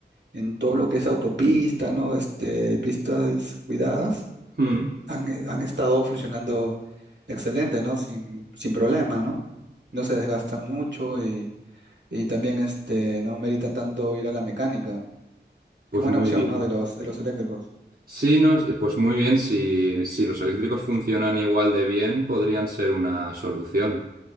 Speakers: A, on the right (about 70°); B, on the right (about 55°).
A: en todo lo que es autopista, ¿no? Este, pistas cuidadas,
B: Mm,
A: han, eh, han estado funcionando excelente, ¿no? Sin, sin problema, ¿no? No se desgastan mucho y, y también este, no meritan tanto ir a la mecánica.
B: pues
A: Qué buena
B: muy
A: opción,
B: bien.
A: ¿no? De los, de los eléctricos.
B: Sí, no, es- pues muy bien, si, si los eléctricos funcionan igual de bien, podrían ser una solución.